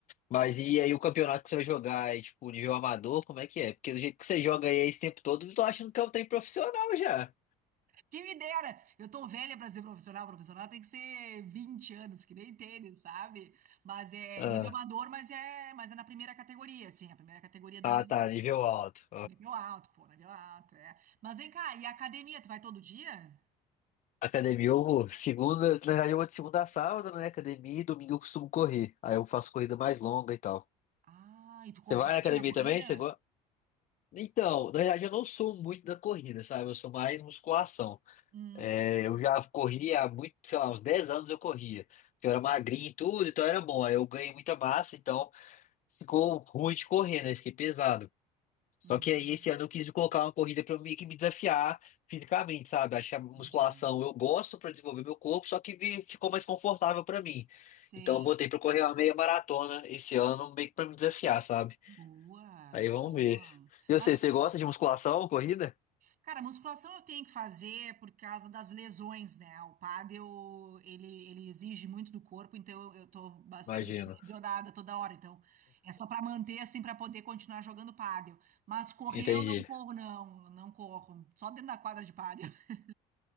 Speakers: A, on the left; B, on the right.
A: Mas e aí o campeonato que você vai jogar é tipo nível amador, como é que é? Porque do jeito que você joga aí esse tempo todo, eu tô achando que é um trem profissional já.
B: Que me dera! Eu tô velha pra ser profissional, profissional tem que ser 20 anos, que nem tênis, sabe? Mas é
A: Ah,
B: nível amador, mas é, mas é na primeira categoria, assim, a primeira categoria do
A: ah,
B: nível
A: tá,
B: amador.
A: nível alto.
B: Nível alto, pô, nível alto, é. Mas vem cá, e a academia, tu vai todo dia?
A: Academia, eu vou. Segunda, na verdade, eu vou de segunda a sábado, né? Academia e domingo eu costumo correr. Aí eu faço corrida mais longa e tal.
B: Ah, e tu
A: Você
B: compete
A: vai na academia
B: na corrida?
A: também? Você gosta? Então, na verdade, eu não sou muito da corrida, sabe? Eu sou mais musculação.
B: Hum.
A: É, eu já corri há muito, sei lá, uns 10 anos eu corria. Porque eu era magrinho e tudo, então era bom. Aí eu ganhei muita massa, então ficou ruim de correr, né? Fiquei pesado. Só
B: uhum.
A: que aí esse ano eu quis colocar uma corrida para eu meio que me desafiar fisicamente, sabe? Achei a musculação,
B: Entendi.
A: eu gosto para desenvolver meu corpo, só que vi- ficou mais confortável para mim.
B: Sim.
A: Então eu botei para correr uma meia maratona esse ano, meio que para me desafiar, sabe?
B: Boa,
A: Aí vamos
B: boa.
A: ver. E você,
B: Mas,
A: você gosta de musculação, corrida?
B: cara, musculação eu tenho que fazer por causa das lesões, né? O pádel, ele, ele exige muito do corpo, então eu, eu tô bastante
A: Imagino.
B: <laughs> lesionada toda hora. Então, é só pra manter, assim, pra poder continuar jogando pádel. Mas correr
A: Entendi.
B: eu não corro, não. Não corro. Só dentro da quadra de pádel. <laughs>